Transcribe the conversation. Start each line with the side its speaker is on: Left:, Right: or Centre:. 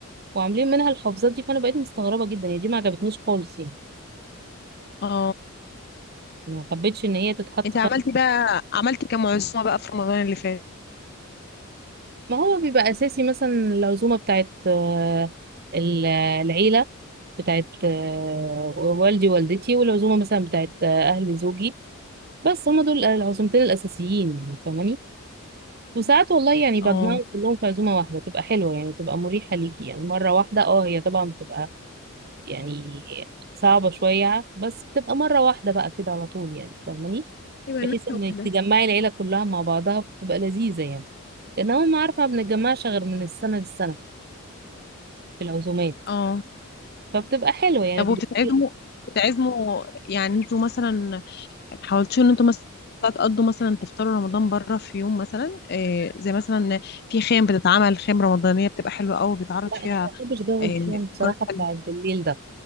Right: وعاملين منها الحفظات دي فانا بقيت مستغربه جدا يعني دي ما عجبتنيش خالص يعني
Left: اه
Right: يعني ما حبيتش ان هي تتحط
Left: انت
Right: ف...
Left: عملتي بقى عملتي كام عزومه بقى في رمضان اللي فات
Right: ما هو بيبقى اساسي مثلا العزومه بتاعت آه، ال- العيله بتاعت آه، والدي ووالدتي والعزومه مثلا بتاعت آه، اهل زوجي بس هم دول العزومتين الاساسيين يعني فاهماني وساعات والله يعني بجمعهم
Left: اه
Right: كلهم في عزومه واحده تبقى حلوه يعني تبقى مريحه ليكي يعني مره واحده اه هي طبعا بتبقى يعني صعبة شوية بس بتبقى مرة واحدة بقى كده على طول يعني فاهماني
Left: يبقى
Right: بحيث
Left: نكتة
Right: انك
Left: واحدة
Right: تجمعي العيلة كلها مع بعضها بتبقى لذيذة يعني لان هم عارفة ما بنتجمعش غير من السنة للسنة في العزومات
Left: اه
Right: فبتبقى حلوة يعني
Left: طب
Right: بتبقى-
Left: وبتتعزموا بتتعزموا يعني انتوا مثلا حاولتوا ان انتوا مثلا تقضوا مثلا تفطروا رمضان بره في يوم مثلا إيه زي مثلا في خيم بتتعمل خيم رمضانية بتبقى حلوة قوي بيتعرض
Right: لا
Left: فيها
Right: انا ما بحبش جو
Left: إيه
Right: الكلام بصراحة
Left: فقرات
Right: بتاع
Left: حلوة
Right: بالليل ده